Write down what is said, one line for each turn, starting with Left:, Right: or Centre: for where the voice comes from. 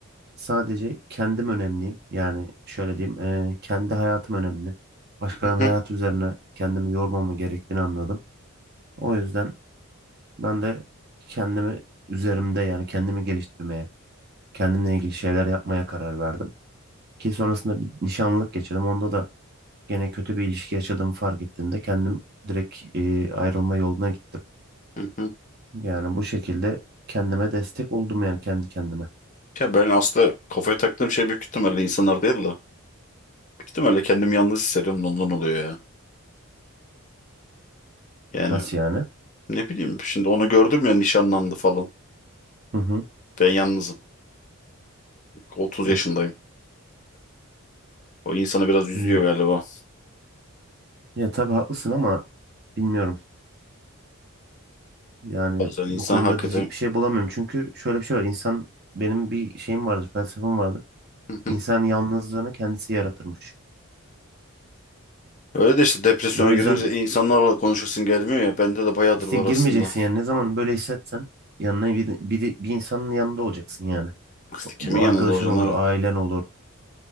Right: Sadece kendim önemliyim. Yani şöyle diyeyim, eee, kendi hayatım önemli. Başkalarının
Left: Hı hı.
Right: hayatı üzerine kendimi yormama gerektiğini anladım. O yüzden ben de kendimi üzerimde yani kendimi geliştirmeye, kendimle ilgili şeyler yapmaya karar verdim. Ki sonrasında bir nişanlılık geçirdim. Onda da gene kötü bir ilişki yaşadığımı fark ettiğimde kendim direkt eee, ayrılma yoluna gittim.
Left: Hı hı.
Right: Yani bu şekilde kendime destek oldum yani kendi kendime.
Left: Ya ben aslında kafaya taktığım şey büyük ihtimalle insanlar değil de. İhtimalle kendimi yalnız hissediyorum da ondan oluyor ya. Yani
Right: Nasıl yani?
Left: ne bileyim şimdi onu gördüm ya nişanlandı falan.
Right: Hı hı.
Left: Ben yalnızım. 30
Right: E,
Left: yaşındayım. O insanı biraz üzüyor
Right: iyi.
Left: galiba.
Right: ya tabii haklısın ama bilmiyorum. Yani
Left: Bazen
Right: bu
Left: insan
Right: konuda
Left: hakikaten
Right: diyecek bir şey bulamıyorum. Çünkü şöyle bir şey var. İnsan benim bir şeyim vardır, felsefem vardır.
Left: Hı hı.
Right: İnsan yalnızlığını kendisi yaratırmış.
Left: Öyle de işte depresyona
Right: O yüzden
Left: girince insanlarla konuşasın gelmiyor ya. Bende de bayağıdır
Right: işte
Left: var
Right: girmeyeceksin
Left: aslında.
Right: yani. Ne zaman böyle hissetsen yanına bir, bir, bir insanın yanında olacaksın yani.
Left: İşte kimin
Right: Bu arkadaşın
Left: yanında olacaksın
Right: olur,
Left: abi?
Right: ailen olur.